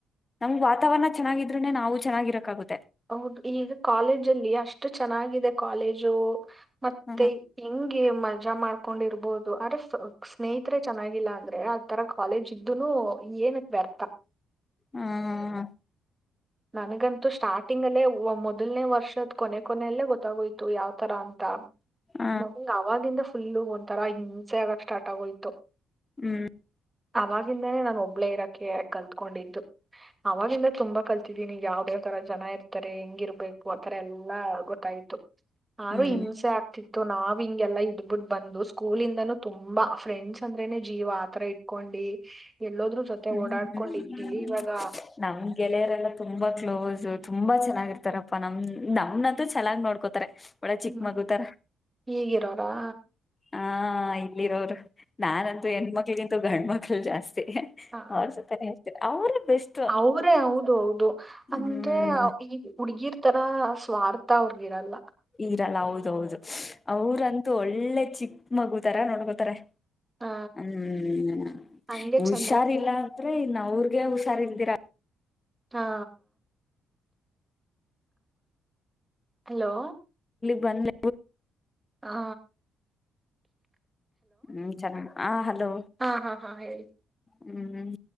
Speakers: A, on the left (about 25°); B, on the right (about 15°).
A: ನಮ್ಗ್ ವಾತಾವರಣ ಚೆನ್ನಾಗಿದ್ರೂನೆ ನಾವು ಚೆನ್ನಾಗಿರಕ್ಕಾಗುತ್ತೆ
B: ಹೌದು ಈಗ ಕಾಲೇಜ ಅಲ್ಲಿ ಅಷ್ಟು ಚೆನ್ನಾಗಿದೆ ಕಾಲೇಜು ಮತ್ತೆ
A: ಹ
B: ಹೆಂಗೆ ಮ ಯಜಾ ಮಾಡ್ಕೊಂಡಿರ್ಬಹುದು ಆದ್ರೆ ಸ್ನೇಹಿತರೆ ಚೆನ್ನಾಗಿಲ್ಲ ಅಂದ್ರೆ ಆ ತರ ಕಾಲೇಜ್ ಇದ್ದುನು ಏನಕ್ಕೆ ವತಾ
A: ಹಾ ಹಾ ಹಾ
B: ನನಗಂತೂ ಸ್ಟಾರ್ಟಿಂಗ್ ಅಲ್ಲೇ ಮೊದಲನೇ ವರ್ಷದ್ ಕೊನೆ ಕೊನೆಯಲ್ಲೇ ಗೊತ್ತಾಗೋಯತು ಯಾವ ಒ ತರ ಅಂತ
A: ಹ
B: ನಮ ಅವಾಗಿಂದ ಫುಲ್ಲು ಒಂಥರಾ ಹಿಂಸೆ ಆಗಕ್ ಸ್ಟಾರ್ ಆಗೋಯ್ತು
A: ಹ್ಮ್
B: ಅವಾಗಿಂದಾನೇ ನಾನು ಒಬ್ಳೇ ಇರಕೆ ಕಲ್ತ್ಕೊಂಡಿದ್ದು ಅವವಾಗಿಂದ ತುಂಬಾ ಕಲ್ ತಿನಿ ಯಾವ್ದ ಯಾವ್ ತರ ಜನ ಇರ್ತಾರೆ ಹೆಂಗಿರ್ಬೇಕು ಆತರ ಎಲ್ಲಾ ಗೊತ್ತಾಯ್ತು ಯಾರು
A: ಹ್ಮ್
B: ಹಿಂಸೆ ಆಗ್ತಿತ್ತು ನಾವ್ ಹಿಂಗೆಲ್ಲಾ ಇದ್ಬಿಟ್ಟ ಬಂದ್ ಅದು ಸ್ಕೂಲ್ ಇಂದಾನೂ ತುಂಬಾ ಫ್ರೆಂಡ್ಸ್ ಅಂದ್ರೇನೆ ಜೀವ ಆತರ ಇಟ್ಕೊಂಡಿ ಎಲ್ಲೋದ್ರ ಜೊತೆ
A: ಹ್ಮ
B: ಓಡಾಡ್ಕೊಂಡ್
A: ಹ್ಮ
B: ಇದ್ದೀವಿ ಇವಾಗ
A: ನಮ್ ಗೆಳೆಯರೆಲ್ಲ ತುಂಬಾ ಕ್ಲೋಸ್ ತುಂಬಾ ಚೆನ್ನಾಗಿರ್ತಾರಪ್ಪಾ ನಮ ನಮನಂತೂ ಚೆನ್ನಾಗ್ ನೋಡ್ಕೋತಾರೆ ಒಳ್ಳೆ
B: ಹ್ಮ
A: ಚಿಕ್ಕ ಮಗು ತರ
B: ಹೀಗಿರೋರಾ
A: ಹ ಇಲ್ಲಿರೋರು ನಾನಂತೂ ಹೆಣ್ಮಕ್ಳಗಿಂತ ಗಂಡ ಮಕ್ಳ ಜಾಸ್ತಿ
B: ಆ
A: ಅವ್ರ ಸಪತ ಅವ್ರ ಬೆಸ್ಟ್
B: ಅವ್ರೇ ಹೌದು ಹೌದು ಅಂದ್ರೆ
A: ಹ್ಮ್
B: ಈ ಹುಡುಗಿರ್ ತನ ಸ್ವಾರ್ಥ ಅವ್ರಗಿರಲ್ಲ
A: ಇರಲ್ಲ ಹೌದೌದು ಅವ್ರಂತೂ ಒಳ್ಳೆ ಚಿಕ್ಕ ಮಗುತಾರ ನೋಡ್ಕೋತಾರೆ
B: ಹಾ
A: ಹ್ಮ್
B: ಹಂಗೆ
A: ಹುಷಾರಿಲ್ಲ
B: ಚಂದ ಬಿಡಿ
A: ಅಂದ್ರೆ ಇ ಅವ್ರಗೆ ಹುಷಾರಿದ್ದೀರಾ
B: ಹಾ ಹಲೋ
A: ಬಂದ
B: ಹಾ
A: ಹ್ಮ್ ಚಲ ಆ ಹಲೋ
B: ಹಾ ಹಾ ಹಾ ಹೇಳಿ
A: ಹ್ಮ್